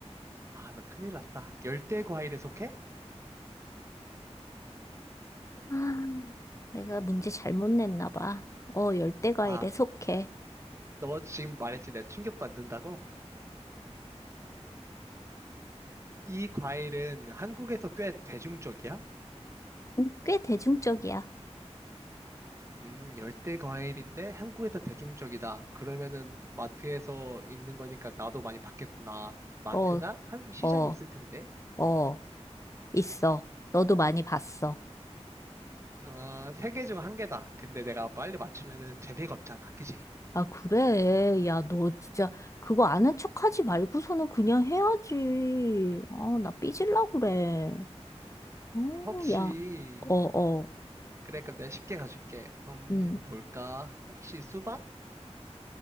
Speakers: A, on the right (about 25°); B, on the left (about 25°).
A: 아, 너 큰일 났다. 열대 과일에 속해?
B: 아, 내가 문제 잘못 냈나 봐. 어, 열대과일에
A: 봐,
B: 속해.
A: 너 지금 말했지. 내가 충격받는다고? 이 과일은 한국에서 꽤 대중적이야?
B: 음, 꽤 대중적이야.
A: 음, 열대 과일인데 한국에서 대중적이다. 그러면은 마트에서 있는 거니까 나도 많이 봤겠구나. 마트나
B: 어,
A: 한국 시장에
B: 어,
A: 있을 텐데.
B: 어, 있어. 너도 많이 봤어.
A: 어, 세 개 중 한 개다. 근데 내가 빨리 맞추면은 재미가 없잖아. 그지?
B: 아, 그래. 야, 너 진짜 그거 아는 척하지 말고서는 그냥 해야지. 아, 나 삐질라 그래. 어,
A: 혹시,
B: 야, 어, 어,
A: 그래, 그럼 내가 쉽게 가줄게. 음,
B: 응.
A: 뭘까? 혹시 수박?